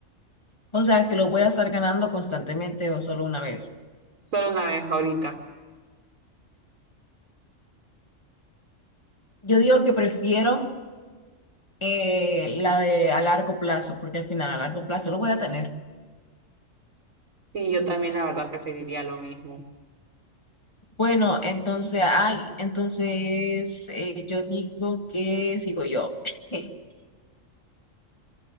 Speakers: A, on the left (about 20°); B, on the right (about 85°).
A: O sea, que lo voy a estar ganando constantemente o solo una vez.
B: solo una vez ahorita.
A: Yo digo que prefiero eh, la de a largo plazo, porque al final a largo plazo lo voy a tener.
B: Sí, yo también
A: Y
B: la verdad preferiría lo mismo.
A: Bueno, entonces, ay, entonces eh, yo digo que sigo yo. <laughs>